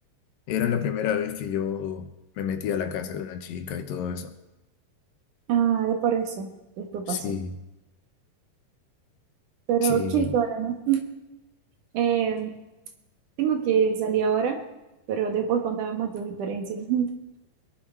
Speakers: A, on the left; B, on the right.
A: era la primera vez que yo me metí a la casa de una chica y todo eso.
B: Ah, de por eso. Esto
A: Sí,
B: pasó. Pero,
A: sí.
B: ¿qué historia, no? Eh, tengo que salir ahora, pero después contame más tus experiencias. <laughs>